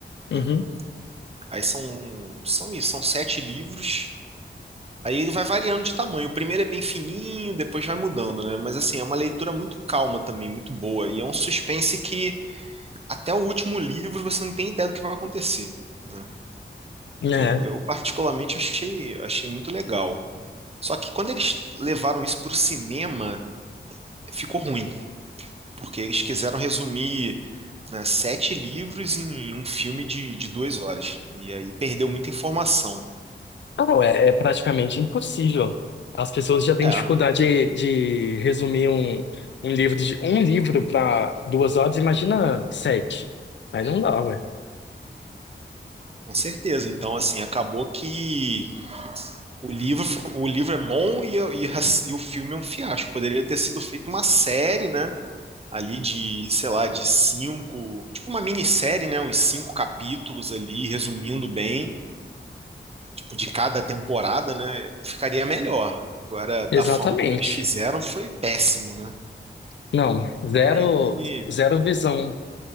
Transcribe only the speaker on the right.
né?
Aí são, são isso, são sete livros Aí ele vai variando de tamanho. O primeiro é bem fininho, depois vai mudando, né? Mas assim, é uma leitura muito calma também, muito boa. E é um suspense que até o último livro você não tem ideia do que vai acontecer, né?
Então, eu particularmente achei, achei muito legal. Só que quando eles levaram isso para o cinema, ficou ruim, porque eles quiseram resumir, né, sete livros em um filme de, de duas horas. E aí perdeu muita informação.
É,
com certeza. Então, assim, acabou que O livro, o livro é bom e, e, e o filme é um fiasco. Poderia ter sido feito uma série, né? Ali de, sei lá, de cinco, tipo uma minissérie, né? Uns cinco capítulos ali, resumindo bem, tipo, de cada temporada, né? Ficaria melhor. Agora, da
forma como eles fizeram, foi péssimo, né?
Aí,